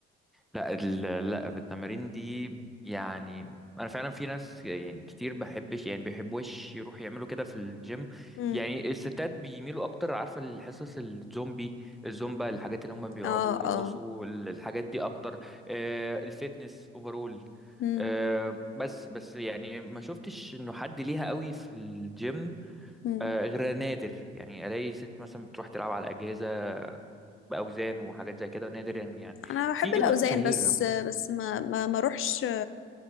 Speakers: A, in the centre; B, on the left.
A: لا ال- لا في التمارين دي يعني انا فعلا في ناس يعني كتير بحبش يعني بيحبوش يروحوا يعملوا كده في الجيم
B: امم
A: يعني الستات بيميلوا اكتر عارفه الحصص الزومبي الزومبا الحاجات اللي هم بيقعدوا
B: اه
A: ويرقصوا
B: اه
A: ال- الحاجات دي اكتر آه الفيتنس اوفرول
B: امم
A: آه بس بس يعني ما شفتش انه حد ليها قوي في الجيم
B: امم
A: آه غير نادر يعني الاقي ست مثلا بتروح تلعب على اجهزه باوزان وحاجات زي كده نادر يعني يعني
B: انا بحب
A: في
B: الاوزان
A: مشاهير
B: بس آه، بس ما ما ما اروحش